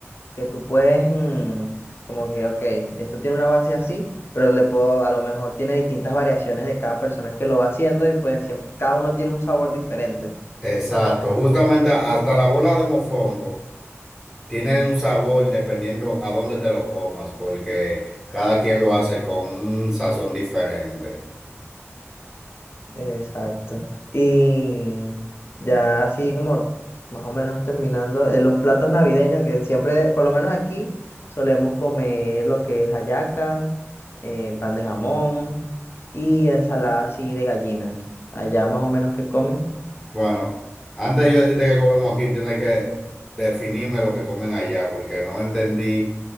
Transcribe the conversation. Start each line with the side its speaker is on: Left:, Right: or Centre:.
Left: que tú puedes, mm, como que, ok, esto tiene una base así, pero le puedo, a lo mejor tiene distintas variaciones de cada persona que lo va haciendo y pues siempre, cada uno tiene un sabor diferente.
Centre: Exacto, justamente hasta la bola de mofongo tiene un sabor dependiendo a dónde te lo comas, porque cada quien lo hace con un sazón diferente.
Left: Exacto. Y ya así como más o menos terminando, eh, los platos navideños que siempre, por lo menos aquí, solemos comer lo que es hallaca, eh, pan de jamón y ensalada así de gallina. Allá más o menos que comen.
Centre: Bueno, antes de yo decirte que comemos aquí, tienes que definirme lo que comen allá, porque no entendí,